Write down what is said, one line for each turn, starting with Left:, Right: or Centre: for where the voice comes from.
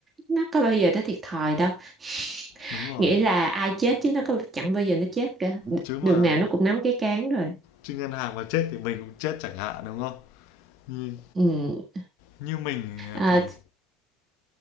Right: nó có bao giờ nó thiệt thòi đâu <laughs>
Left: đúng rồi
Right: nghĩa là ai chết chứ nó có chẳng bao giờ nó chết cả
Left: chứ mà
Right: đường nào nó cũng nắm cái cán rồi
Left: chứ ngân hàng mà chết thì mình cũng chết chẳng hạn đúng không như,
Right: ừ.
Left: như mình
Right: à,
Left: thì